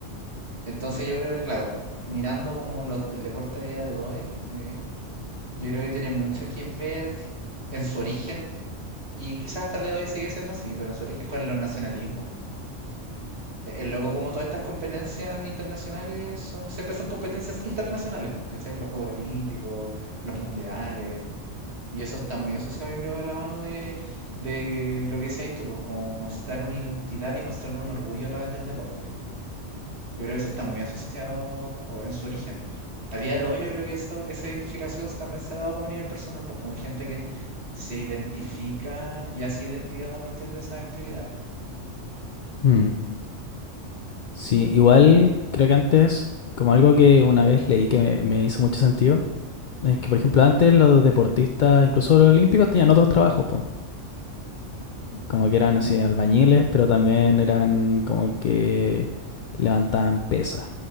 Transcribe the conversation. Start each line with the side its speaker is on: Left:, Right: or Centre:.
Right: Entonces yo creo que, claro, mirando como los- el deporte a día de hoy, eh, yo creo que tiene mucho que ver en su origen y quizás hasta el día de hoy sigue siendo así, pero en su origen con los nacionalismos. El loco, como todas estas competencias internacionales, son- siempre son competencias internacionales, porque ¿cachai? Los Juegos Olímpicos, los Mundiales, y eso está muy asociado, yo creo, a la mano de, de lo que decías tú, pues como mostrar una identidad y mostrar un orgullo a través del deporte. Yo creo que eso está muy asociado o en su origen. A día de hoy yo creo que eso- esa identificación también se ha dado como a nivel personal, pues como gente que se identifica y hace identidad a partir de esas actividades.
Left: Mm. Sí, igual creo que antes, como algo que una vez leí que me, me hizo mucho sentido, Es que, por ejemplo, antes los deportistas, incluso los olímpicos, tenían otros trabajos, po. Como que eran
Right: Mm,
Left: así albañiles, pero también eran como que levantaban pesas